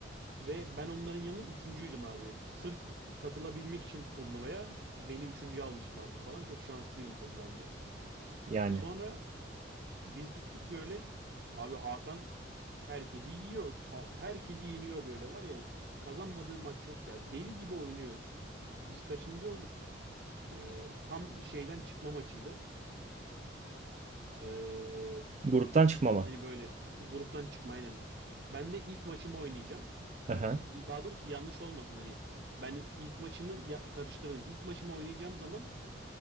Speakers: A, on the right; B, on the right.
A: Ve ben onların yanında üçüncüydüm abi. Sırf katılabilmek için turnuvaya beni üçüncü almışlardı falan. Çok şanslıydım tabii bence.
B: yani.
A: E, Sonra biz gittik böyle. Abi Hakan herkesi yiyor. Sa- Herkesi yeniyor böyle var ya. Kazanmadığı maç yok ya. Deli gibi oynuyor. Biz kaçıncı olduk? Ee, tam şeyden çıkma maçıydı. Ee,
B: Gruptan çıkmama.
A: hani böyle gruptan çıkma aynen. Ben de ilk maçımı oynayacağım.
B: Aha.
A: Daha doğrusu yanlış olmasın hani. Ben ilk maçımı ya- karıştırdım. İlk maçımı oynayacağım zaman